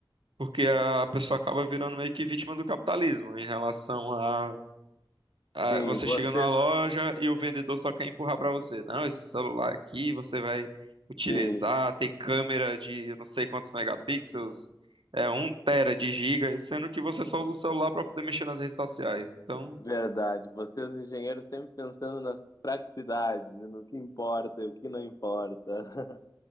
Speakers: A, on the right (about 85°); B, on the left (about 45°).
A: Porque a pessoa acaba virando meio que vítima do capitalismo em relação a Ah,
B: Sim,
A: você
B: você
A: chega numa
B: é
A: loja e o vendedor só quer empurrar pra você. Não, esse celular aqui você vai utilizar,
B: sim.
A: tem câmera de não sei quantos megapixels, é um tera de giga, sendo que você só usa o celular pra poder mexer nas redes sociais. Então,
B: Verdade. Vocês, engenheiros, sempre pensando nas praticidades, e no que importa e o que não importa. <laughs>